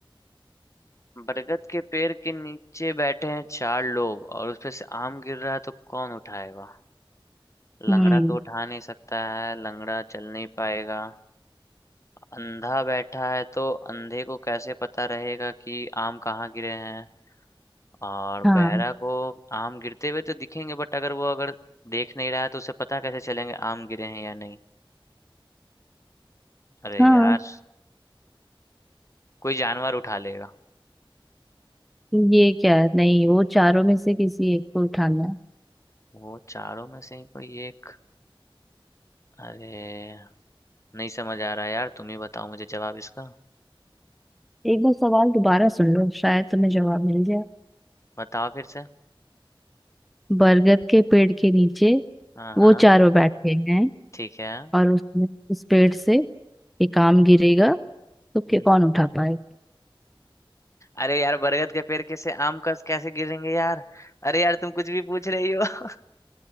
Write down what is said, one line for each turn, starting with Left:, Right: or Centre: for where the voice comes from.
Left: बरगद के पेड़ के नीचे बैठे हैं चार लोग और उसपे से आम गिर रहा है तो कौन उठाएगा लंगड़ा
Centre: हम्म
Left: तो उठा नहीं सकता है लंगड़ा चल नहीं पाएगा अंधा बैठा है तो अंधे को कैसे पता रहेगा कि आम कहाँ गिरे हैं और
Centre: हाँ
Left: बहरा को आम गिरते हुए तो दिखेंगे बट अगर वो अगर देख नहीं रहा है तो उसे पता कैसे चलेंगे आम गिरे हैं या नहीं अरे
Centre: हाँ
Left: यार कोई जानवर उठा लेगा
Centre: ये क्या है? नहीं वो चारों में से किसी एक को उठाना है
Left: वो चारों में से ही कोई एक अरे नहीं समझ आ रहा यार तुम ही बताओ मुझे जवाब इसका
Centre: एक बार सवाल दोबारा सुन लो शायद तुम्हें जवाब मिल जाए
Left: बताओ फिर से
Centre: बरगद के पेड़ के नीचे
Left: हाँ
Centre: वो
Left: हाँ
Centre: चारों बैठे हैं
Left: ठीक है
Centre: और उसमें उस पेड़ से ये काम गिरेगा तो क्या
Left: हम्म।
Centre: कौन उठा पाए
Left: अरे यार बरगद के पेड़ कैसे आम का कैसे गिरेंगे यार अरे यार तुम कुछ भी पूछ रही हो